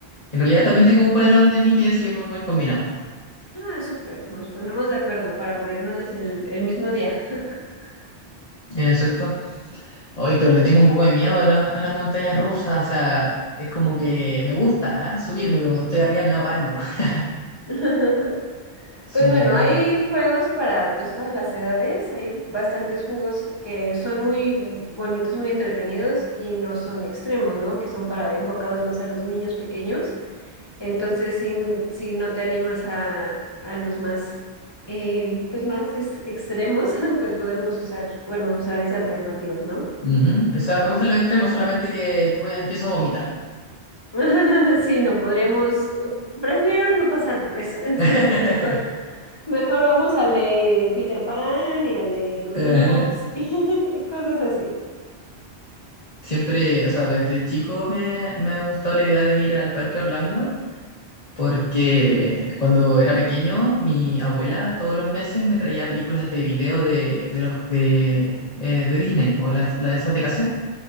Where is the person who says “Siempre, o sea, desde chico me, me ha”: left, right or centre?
Left